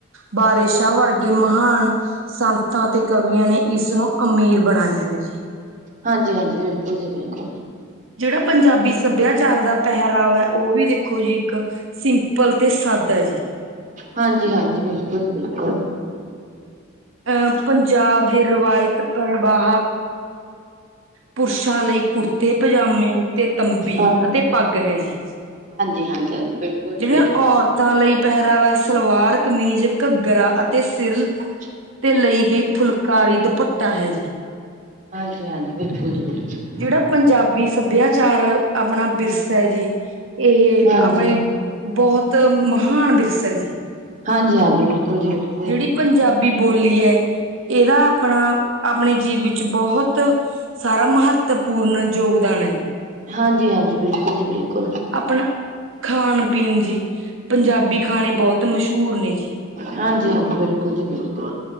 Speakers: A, on the right; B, on the right.
A: ਬਾਰਿਸ਼ ਸ਼ਾਹ ਵਰਗੇ ਮਹਾਨ ਸੰਤਾਂ ਤੇ ਕਵੀਆਂ ਨੇ ਇਸ ਨੂੰ ਅਮੀਰ ਬਣਾ ਲਿਆ ਐ ਜੀ।
B: ਹਾਂਜੀ-ਹਾਂਜੀ, ਬਿਲਕੁਲ ਜੀ ਬਿਲਕੁਲ।
A: ਜੇੜਾ ਪੰਜਾਬੀ ਸੱਭਿਆਚਾਰ ਦਾ ਪਹਿਰਾਵਾ ਐ ਉਹ ਵੀ ਦੇਖੋ ਜੀ ਇੱਕ ਸਿੰਪਲ ਤੇ ਸਾਦਾ ਜੀ।
B: ਹਾਂਜੀ ਹਾਂਜੀ, ਬਿਲਕੁਲ ਜੀ ਬਿਲਕੁਲ।
A: ਅਹ ਪੰਜਾਬ ਦੇ ਰਵਾਇਤ ਪ੍ਰਵਾਹ ਪੁਰਸ਼ਾਂ ਲਈ ਕੁੜਤੇ, ਪਜਾਮੇ ਤੇ ਤੰਬੀ
B: ਹਾਂ,
A: ਅਤੇ ਪੱਗ ਹੈ ਜੀ।
B: ਹਾਂਜੀ-ਹਾਂਜੀ, ਬਿਲਕੁਲ ਜੀ
A: ਜਿਹੜੀਆਂ
B: ਬਿਲਕੁਲ।
A: ਔਰਤਾਂ ਲਈ ਪਹਿਰਾਵਾ ਸਲਵਾਰ, ਕਮੀਜ਼, ਘੱਗਰਾ ਅਤੇ ਸਿਰਲ
B: ਅੱਛਾ।
A: ਤੇ ਲਈ ਗਈ ਫੁਲਕਾਰੀ ਦੁਪੱਟਾ ਹੈ ਜੀ।
B: ਹਾਂਜੀ-ਹਾਂਜੀ, ਬਿਲਕੁਲ ਜੀ ਬਿਲਕੁਲ।
A: ਜੇੜਾ ਪੰਜਾਬੀ ਸਭਿਆਚਾਰ ਅਪਣਾ ਵਿਰਸਾ ਹੈ ਜੀ ਇਹ
B: ਹਾਂਜੀ।
A: ਅਪਣੇ ਬਹੁਤ ਮਹਾਨ ਵਿਰਸ ਐ ਜੀ।
B: ਹਾਂਜੀ-ਹਾਂਜੀ, ਬਿਲਕੁਲ ਜੀ ਬਿਲਕੁਲ।
A: ਜੇੜੀ ਪੰਜਾਬੀ ਬੋਲੀ ਐ ਇਹਦਾ ਅਪਣਾ ਅਪਣੇ ਜੀਵ ਇਚ ਬਹੁਤ ਸਾਰਾ ਮਹੱਤਵਪੂਰਨ ਯੋਗਦਾਨ ਹੈ ਜੀ।
B: ਹਾਂਜੀ-ਹਾਂਜੀ, ਬਿਲਕੁਲ ਜੀ ਬਿਲਕੁਲ।
A: ਅਪਣਾ ਖਾਣ-ਪੀਣ ਜੀ, ਪੰਜਾਬੀ ਖਾਣੇ ਬੌਤ ਮਸ਼ਹੂਰ ਨੇ ਜੀ।
B: ਹਾਂਜੀ-ਹਾਂਜੀ, ਬਿਲਕੁਲ ਜੀ ਬਿਲਕੁਲ।